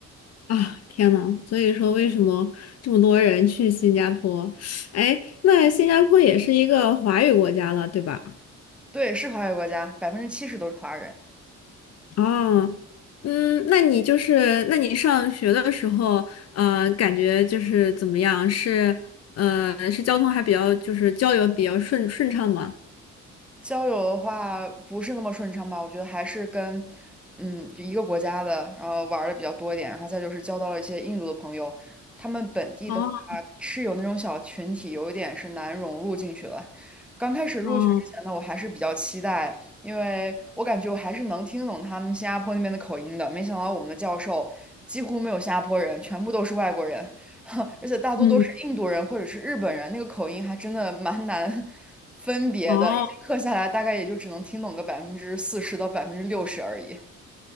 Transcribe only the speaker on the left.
啊！天呐，所以说为什么这么多人去新加坡？哎，那新加坡也是一个华语国家了，对吧？
哦，嗯，那你就是，那你上学的时候，呃，感觉就是怎么样？是，呃，是交通还比较，就是交流比较顺顺畅吗？
哦
哦。
嗯。
哦，